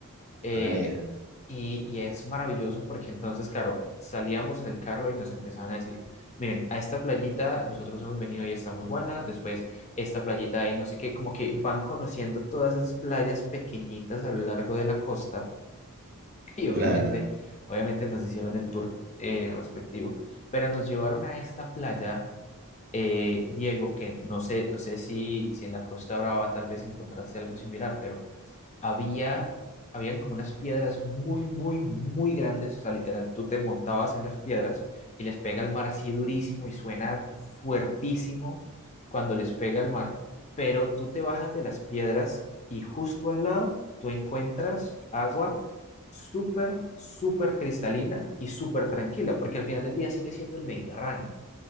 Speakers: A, on the left; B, on the right.
A: Eh,
B: ajá, ya,
A: y, y es maravilloso porque entonces, claro, salíamos en el carro y nos empezaban a decir, miren, a esta playita nosotros hemos venido y está muy buena, después esta playita ahí no sé qué, como que van conociendo todas esas playas pequeñitas a lo largo de la costa <laughs> y obviamente,
B: Claro,
A: obviamente nos hicieron el tour eh, respectivo, pero nos llevaron a esta playa, eh, Diego, que no sé, no sé si, si en la Costa Brava tal vez encontraste algo similar, pero había, habían como unas piedras muy, muy, muy grandes, o sea, literal, tú te montabas en las piedras y les pega el mar así durísimo y suena fuertísimo cuando les pega el mar, pero tú te bajas de las piedras y justo al lado tú encuentras agua súper, súper cristalina y súper tranquila, porque al final del día sigue siendo el Mediterráneo.